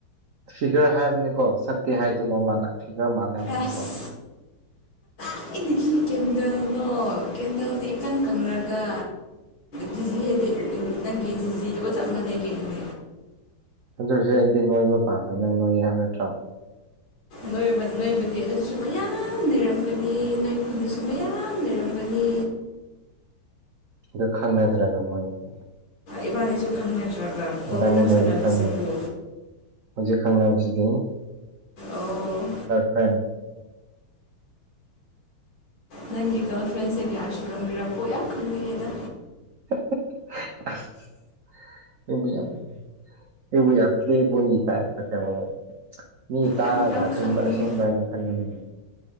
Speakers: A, on the right (about 80°); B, on the left (about 60°).
A: ꯐꯤꯒꯔ ꯍꯥꯏꯕꯅꯤꯀꯣ ꯁꯛꯇꯤ ꯍꯥꯏꯗꯦꯀꯣ ꯃꯥꯅ ꯐꯤꯒꯔ ꯃꯥꯜꯂꯦ ꯍꯥꯏꯕꯅꯤꯀꯣ꫰꫰
B: ꯑꯁ ꯀꯗꯥꯏꯗꯒꯤ ꯀꯦꯟꯗꯜꯅꯣ ꯀꯦꯟꯗꯜꯗꯤ꯫ ꯏꯀꯪ ꯀꯪꯔꯒ ꯗꯤꯖꯤ ꯍꯦꯗꯤꯠ ꯅꯪꯒꯤ ꯖꯤꯖꯤꯗꯨꯒ ꯆꯞ ꯃꯥꯟꯅꯩꯀꯩꯅꯣ꯫
A: ꯑꯗꯨꯁꯨ ꯑꯩꯗꯤ ꯅꯣꯏꯕ ꯄꯥꯝꯃꯦ ꯅꯪ ꯅꯣꯏꯌꯦ ꯍꯥꯏꯕ ꯅꯠꯇ꯭ꯔꯣ
B: ꯅꯣꯏꯕ ꯅꯣꯏꯕꯨꯗꯤ ꯑꯗꯨꯗꯁꯨ ꯃꯌꯥꯝ ꯅꯔꯝꯒꯅꯤ ꯅꯣꯏ ꯈꯨꯟꯗꯁꯨ ꯃꯌꯥꯝ ꯅꯔꯝꯒꯅꯤ
A: ꯑꯗꯨ ꯈꯪꯅꯗ꯭ꯔꯒ ꯃꯣꯏꯒꯤ
B: ꯏꯕꯥꯅꯤꯁꯨ ꯈꯪꯅꯗ꯭ꯔꯒ ꯀꯒꯣꯜ
A: ꯏꯕꯥꯅꯤꯗꯣ
B: ꯈꯇꯪ ꯁꯥꯟꯅꯕꯁꯤꯕꯨ
A: ꯍꯧꯖꯤꯛ ꯈꯪꯅꯔꯦ ꯍꯧꯖꯤꯛ ꯈꯪꯅꯕꯕꯁꯤꯗꯤ
B: ꯑꯣ
A: ꯐ꯭ꯔ
B: ꯅꯪꯒꯤ ꯒꯔꯜꯐ꯭ꯔꯦꯟꯁꯦ ꯀꯌꯥ ꯁꯨꯔꯝꯒꯦꯔꯥ ꯀꯣ ꯌꯥꯝ ꯈꯪꯅꯤꯡꯉꯦꯗ꯫
A: <unintelligible> ꯑꯩꯕꯨ ꯌꯥꯝ ꯑꯩꯕꯨ ꯌꯥꯝ ꯄ꯭ꯂꯦꯕꯣꯏꯒꯤ ꯇꯥꯏꯞꯇ <unintelligible> ꯃꯤ ꯇꯥꯔꯒ
B: ꯌꯥꯝ ꯌꯥꯝ
A: ꯑꯆꯨꯝꯕ
B: ꯈꯪꯅꯤꯡꯉꯦ
A: ꯑꯁꯦꯡꯕ ꯍꯥꯏꯅ ꯈꯟꯒꯅꯤꯅꯦ